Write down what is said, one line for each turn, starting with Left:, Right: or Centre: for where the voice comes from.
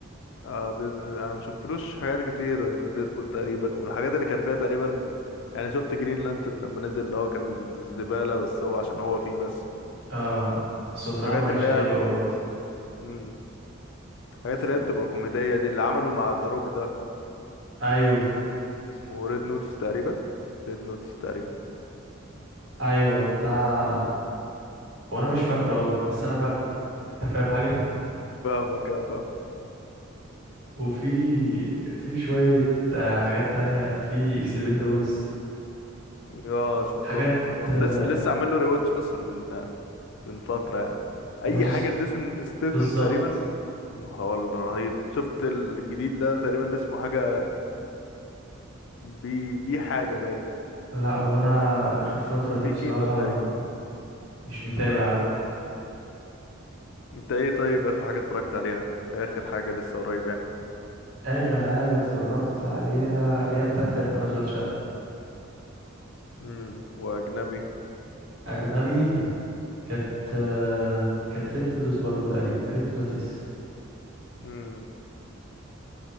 Left: آه دي... انا ما شفتلوش حاجات كتير غير ديدبول تقريبا والحاجات اللي كان فيها تقريبا يعني شفت جرين لانترن لما نزل اللي هو كان زبالة بس هو عشان هو فيه بس
Right: اه بس هو بصراحة
Left: الحاجات
Right: ما كانش
Left: اللي هي
Right: حلو قوي برضه
Left: مم. الحاجات
Right: في-
Left: اللي هي بتبقى كوميدية دي اللي عملوا مع ذا روك ده
Right: ايوه
Left: اسمه ريد نوتس تقريبا ريد نوتس تقريبا
Right: ايوه بتاع هو انا مش فاكره قوي بس انا فاكره انت فاهم حاجة
Left: فاهمك اه فاهم
Right: وفي في شوية آه، حاجات تانية في اكسبندابلز
Left: اه شفتهم
Right: حاجات
Left: كلهم
Right: آه،
Left: لسه لسه عامل له ريواتش اصلا من من فتره يعني
Right: هو
Left: اي
Right: جس
Left: حاجه لجيسون ستيثم
Right: بالظبط
Left: تقريبا هو الرهيب شفت الجديد ده تقريبا اللي اسمه حاجه بي بي حاجه باين
Right: لا هو انا اخر فترة دي
Left: بي
Right: بصراحة
Left: كيبر تقريبا
Right: مش متابع قوي
Left: انت ايه طيب اخر حاجه اتفرجت عليها اخر حاجه لسه قريب يعني
Right: اخر حاجة اتفرجت عليها هي بتاعت تقريبا اشغال شقة
Left: امم واجنبي
Right: اجنبي كانت آه، كانت ريت نوتس برضو تقريبا ريت نوتس
Left: امم